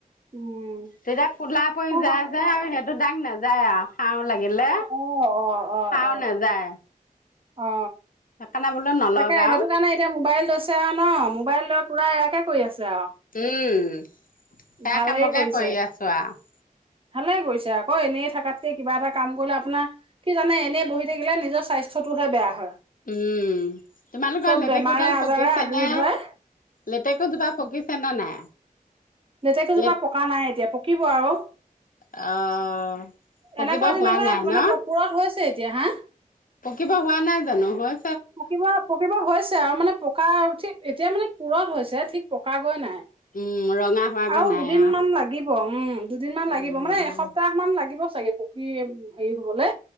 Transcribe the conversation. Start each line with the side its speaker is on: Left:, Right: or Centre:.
Right: উম
Left: তেতিয়া কলা পৰি
Right: অ
Left: যায় যায় আৰু সেইহটো দাগ নাযায় যায় আৱ খাওঁ লাগিলে
Right: অ অ অ
Left: খাওঁ
Right: অ
Left: নাযায়
Right: অ
Left: সেইকাৰণে বোলো নলগাও
Right: তাকে সেইটো কাৰণে এতিয়া মোবাইল লৈ ছে আৱ ন মোবাইল লৈ পুৰা এয়াকে কৰি আছে আৰু
Left: উম <unintelligible> সেয়া
Right: ভালেই
Left: কামকে
Right: কৰিছে
Left: কৰি আছো আৰু
Right: ভালে কৰিছে আকৌ এনেই থকাতকে কিবা এটা কাম কৰিলে আপোনাৰ কি জানে এনেই বহি থাকিলে নিজৰ স্বাস্থ্যটোহে বেয়া হয়
Left: উম তোমালোকৰ
Right: চব
Left: লেটেকুডাল
Right: বেমাৰে আজাৰে
Left: পকিছে
Right: আগুৰি
Left: নে
Right: ধৰে
Left: লেটেকুজোপা পকিছে নে নাই
Right: লেটেকোজোপা
Left: লেট
Right: পকা নাই এতিয়া পকিব আৰু
Left: অ পকিব
Right: এনেকোৱা দিনতে
Left: হোৱা নাই
Right: মানে
Left: ন
Right: পূু পোৰা হৈছে এতিয়া হা
Left: পকিব হোৱা নাই জানো হৈ
Right: পকিব পকিব হৈছে আও মানে পকা উঠি এতিয়া মানে পূৰঠ হৈছে ঠিক পকা গৈ নাই
Left: উম ৰঙা হোৱাগৈ
Right: আৰু
Left: নাই
Right: দুদিন
Left: আও
Right: মান লাগিব উম দুদিন মান
Left: উম
Right: লাগিব মানে এসপ্তাহ মান লাগিব চাগে পোক কি হেৰি হবলে